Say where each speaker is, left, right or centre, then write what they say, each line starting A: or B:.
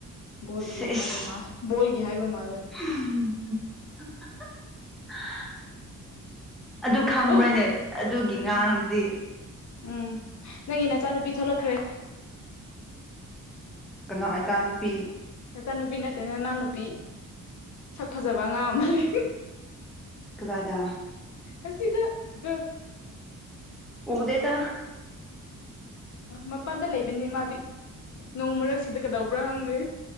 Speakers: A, on the left; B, in the centre.
A: ꯕꯣꯜꯒꯤ
B: ꯁꯦꯁ
A: ꯍꯥꯏꯕ ꯃꯥꯜꯂꯦ ꯕꯣꯜꯒꯤ ꯍꯥꯏꯕ ꯃꯥꯥꯜꯂꯨꯔꯦ
B: <unintelligible> ꯑꯗꯨ ꯈꯪꯕ꯭ꯔꯅꯦ
A: ꯎ
B: ꯑꯗꯨꯒꯤ
A: ꯎꯝ
B: ꯉꯥꯡꯗꯨꯗꯤ
A: ꯎꯝ ꯅꯪꯒꯤ ꯅꯆꯥꯅꯨꯄꯤ ꯊꯣꯛꯂꯛꯈ꯭ꯔꯦ
B: ꯀꯅꯥ ꯏꯆꯥ ꯅꯨꯨꯄꯤ
A: ꯅꯆꯥꯅꯨꯄꯤ ꯅꯠꯇꯦꯅ ꯅꯅꯥꯎꯅ ꯅꯨꯄꯤ ꯁꯛ ꯐꯖꯕ ꯑꯉꯥꯡ ꯑꯃ ꯂꯩ
B: ꯀꯗꯥꯏꯗ
A: ꯑꯁꯤꯗ ꯇꯨ
B: ꯎꯗꯦꯗ
A: ꯃꯄꯥꯟꯗ ꯂꯩꯕꯅꯤ ꯃꯥꯗꯤ ꯅꯣꯡ ꯃꯔꯛꯁꯤꯗ ꯀꯩꯗꯧꯕ꯭ꯔꯥ ꯈꯪꯗꯦ